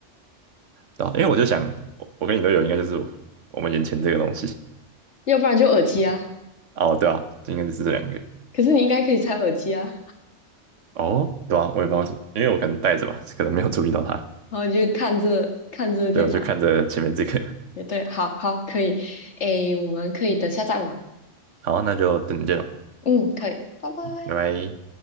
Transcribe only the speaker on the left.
要不然就耳机啊。
可是你应该可以拆耳机啊，
然后你就看着看着电脑，
也对，好好可以，诶，我们可以等下再玩，
嗯，可以，拜拜。